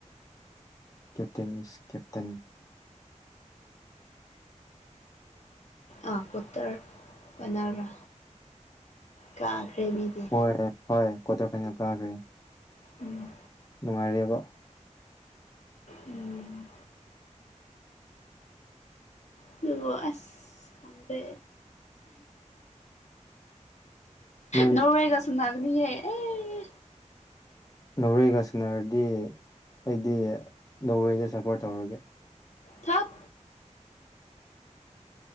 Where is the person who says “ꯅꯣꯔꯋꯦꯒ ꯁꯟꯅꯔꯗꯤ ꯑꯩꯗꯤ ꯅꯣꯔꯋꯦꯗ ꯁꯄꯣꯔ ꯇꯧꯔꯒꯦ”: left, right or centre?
Left